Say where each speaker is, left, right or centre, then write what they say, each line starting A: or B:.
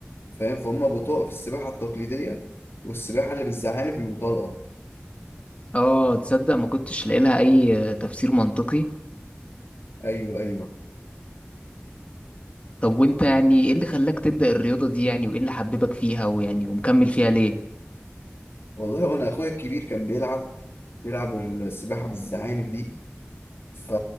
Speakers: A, on the left; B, on the left.
A: فاهم فهم بطاقه في السباحه التقليديه والسباحه اللي بالزعانف بيبقوا طلقه
B: آه تصدق ما كنتش لاقي لها أي آه، تفسير منطقي
A: ايوه ايوه
B: طب وأنت يعني إيه اللي خلاك تبدأ الرياضة دي يعني وإيه اللي حببك فيها ويعني ومكمل فيها ليه؟
A: والله وانا اخويا الكبير كان بيلعب بيلعب السباحه بالزعانف دي ف...